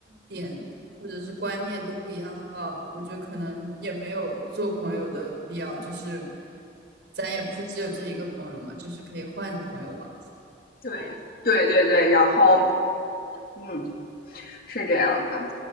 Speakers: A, on the right (about 65°); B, on the left (about 50°).
A: 点或者是观念都不一样的话，我觉得可能也没有做朋友的必要，就是咱也不是只有这一个朋友嘛，就是可以换着朋友玩。
B: 对对对对，然后
A: <laughs>
B: 嗯，是这样的。